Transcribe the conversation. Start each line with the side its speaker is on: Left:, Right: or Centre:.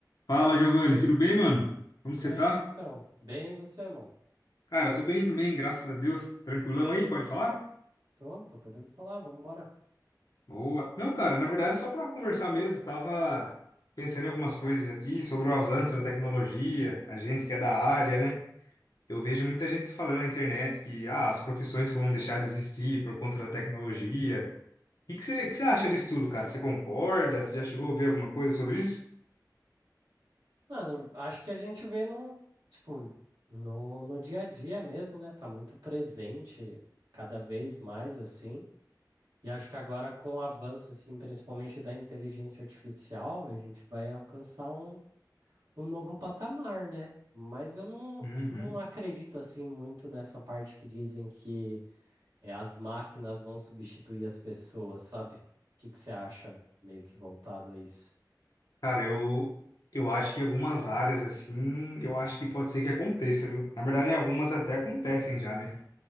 Left: Fala, Giovanni, tudo bem, mano? Como que
Right: E
Left: você
Right: aí,
Left: tá?
Right: Vitão? Bem, e você, mano?
Left: Cara, tô bem também, graças a Deus. Tranquilão aí, pode falar?
Right: Tô, tô podendo falar, vambora.
Left: Boa. Não, cara, na verdade é só pra conversar mesmo. Tava pensando em algumas coisas aqui sobre o avanço da tecnologia, a gente que é da área, né? Eu vejo muita gente falando na internet que ah, as profissões vão deixar de existir por conta da tecnologia. O que que você, que você acha disso tudo, cara? Você concorda? Você já chegou a ver alguma coisa sobre isso?
Right: Mano, acho que a gente vê no, tipo, no, no dia a dia mesmo, né? Tá muito presente, cada vez mais assim. E acho que agora com o avanço, assim, principalmente da inteligência artificial, a gente vai alcançar um, um novo patamar, né? Mas eu não,
Left: Uhum.
Right: não acredito, assim, muito nessa parte que dizem que é, as máquinas vão substituir as pessoas, sabe? O que que você acha meio que voltado a isso?
Left: Cara, eu, eu acho que em algumas áreas, assim, eu acho que pode ser que aconteça, viu? Na verdade, em algumas até acontecem já, né?